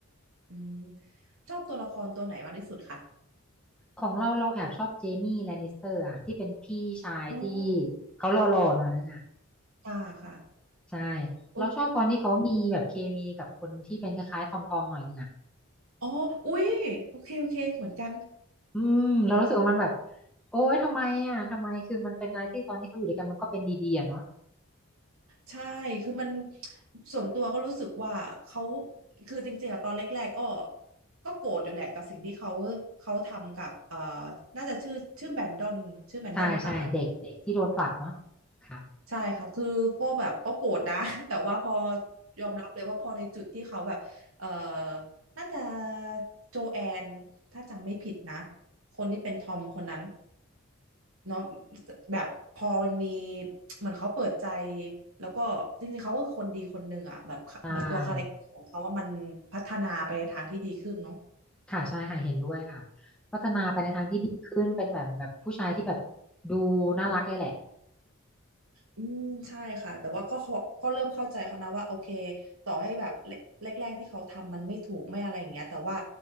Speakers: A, on the right; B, in the centre.
A: อืมชอบตัวละครตัวไหนมากที่สุดคะ
B: ของเราเราแอบชอบเจมี่แลนนิสเตอร์อ่ะที่เป็นพี่ชายที่
A: โอ้
B: เขาหล่อๆหน่อยนึงอ่ะ
A: ค่ะค่ะ
B: ใช่
A: โอ้
B: เราชอบตอนที่เขามีแบบเคมีกับคนที่เป็นคล้ายๆทอมทอมหน่อยนึงอ่ะ
A: อ๋ออุ๊ยโอเค โอเค เหมือนกัน
B: อืมเรารู้สึกว่ามันแบบโอ๊ยทำไมอ่ะทำไมคือมันเป็นอะไรที่ตอนที่เขาอยู่ด้วยกันมันก็เป็นดีๆอะเนาะ
A: ใช่ คือมันส่วนตัวก็รู้สึกว่าเขาคือจริงๆอะตอนแรกๆ ก็ก็โกรธอยู่แหละกับสิ่งที่เขาเขาทำกับเอ่อน่าจะชื่อชื่อแบนดอนชื่อแบนดอนหรือเปล่าคะ
B: ใช่ใช่เด็กเด็กที่โดนผลักเนาะค่ะ
A: ใช่ค่ะ คือก็แบบก็โกรธนะ <laughs> แต่ว่าพอยอมรับเลยว่าพอในจุดที่เขาแบบเออน่าจะโจแอน ถ้าจำไม่ผิดนะ คนที่เป็นทอมคนนั้นเนาะแบบพอมันมีเหมือนเขาเปิดใจแล้วก็จริงๆเขาก็คือคนดีคนหนึ่งอ่ะเหมือนเหมือนตัวคาแรคเตอร์ของเขาว่ามันพัฒนาไปในทางที่ดีขึ้นเนาะ
B: ใช่ค่ะใช่ค่ะเห็นด้วยค่ะพัฒนาไปในทางที่ดีขึ้นเป็นแบบแบบผู้ชายที่แบบดูน่ารักเลยแหละ
A: อืมใช่ค่ะแต่ว่าก็เขาก็เริ่มเข้าใจเขานะว่าโอเคต่อให้แบบแรกแรกๆที่เขาทำมันไม่ถูกไม่อะไรอย่างเงี้ยแต่ว่า